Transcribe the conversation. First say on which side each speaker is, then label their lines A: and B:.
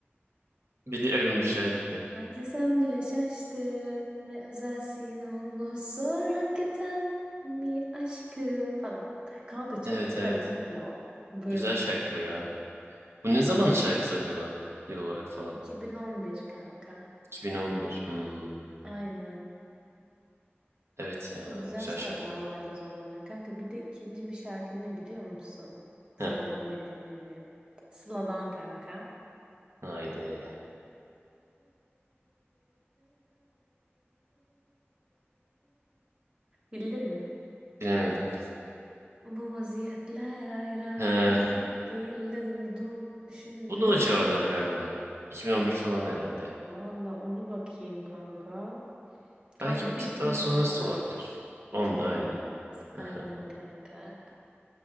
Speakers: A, on the right (about 75°); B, on the right (about 20°).
A: Biliyorum bu şarkıyı.
B: <laughs> Bence sen bile şaştın. Ne özelsin onu sor hakikaten mi aşkım falan. Kanka çok
A: Evet
B: güzel
A: evet.
B: değil mi ya. Böyle.
A: Güzel şarkı bu ya. Bu ne zamanın şarkısı acaba? Yıl olarak falan.
B: 2011 kanka.
A: 2011. Hmm.
B: Aynen.
A: Evet ya.
B: Çok güzel
A: Güzel
B: şarkılar
A: şarkı
B: vardı
A: bu.
B: o zamanlar. Kanka bir de ikinci bir şarkı ne biliyor musun? Sabahtan
A: Heh.
B: beri dinlediğim. Sıla'dan kanka.
A: Haydi.
B: Bildin mi?
A: Bilemedim.
B: Bu vaziyetler ayrı alamet
A: He.
B: değil de durdum düşündüm.
A: Bu da o civarlar galiba. 2011 falan herhalde.
B: Valla onu bakayım kanka. Kanka
A: Belki
B: bu
A: bir tık
B: da 2014.
A: daha sonrası da olabilir.
B: 2014.
A: On da aynı. Aha.
B: Aynen kanka.